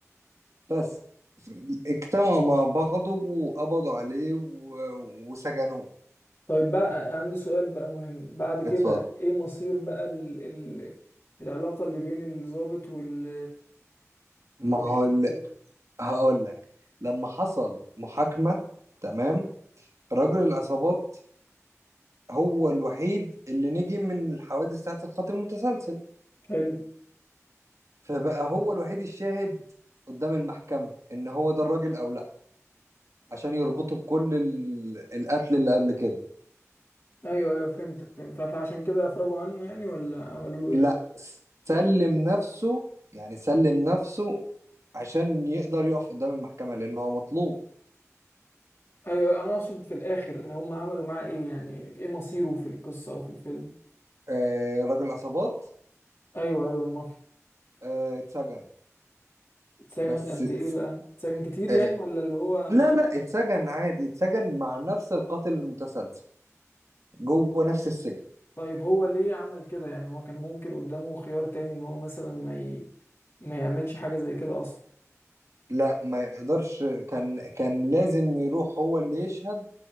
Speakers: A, on the right; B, on the left.
A: بس ف- اجتمعوا مع بعضه وقبضوا عليه و... وسجنوه
B: طيب بقى عندي سؤال بقى مهم بعد كده
A: اتفضل
B: ايه مصير بقى ال... ال... العلاقة اللي بين الضابط وال
A: ما
B: او الشرطة
A: هو ال- هقول لك لما حصل محاكمة تمام راجل العصابات هو الوحيد اللي نجي من الحوادث بتاعت القتل المتسلسل
B: حلو
A: فبقى هو الوحيد الشاهد قدام المحكمة ان هو ده الراجل او لا عشان يربطه بكل ال- القتل اللي قبل كده
B: ايوه ايوه فهمتك فهمت فعشان كده افرجوا عنه يعني ولا عملوا له
A: لا
B: ايه
A: سلم نفسه يعني سلم نفسه عشان يقدر يقف قدام المحكمة لان هو مطلوب
B: ايوه أيوة، انا اقصد في الاخر هم عملوا معاه ايه يعني ايه مصيره في القصة او في الفيلم
A: آه راجل عصابات
B: ايوه ايوه المافيا
A: آه اتسجن
B: اتسجن
A: بس
B: قد
A: ات-
B: ايه بقى اتسجن كتير
A: آه
B: يعني ولا اللي هو
A: لا لا اتسجن عادي اتسجن مع نفس القاتل المتسلسل جوه نفس السجن
B: طيب هو ليه عمل كده يعني هو كان ممكن قدامه خيار تاني ان هو مثلا ما ي... ما يعملش حاجة زي كده اصلا
A: لا ما يقدرش كان كان لازم يروح هو اللي يشهد